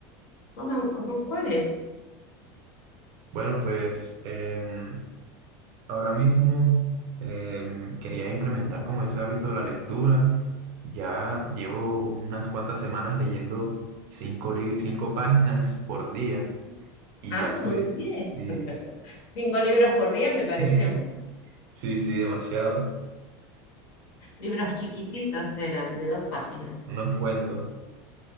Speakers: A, on the left; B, on the right.
A: ¿Cómo, cómo cuál
B: Bueno, pues... em, Ahora mismo em, quería implementar como ese hábito de la lectura. Ya llevo unas cuantas semanas leyendo cinco, li- cinco páginas por día y
A: Ah,
B: ya
A: muy
B: pues,
A: bien.
B: sí,
A: Cinco libros por día me parecía
B: <laughs>
A: mu-
B: sí, sí, demasiado,
A: Libros chiquititos eran, de dos páginas.
B: unos cuentos.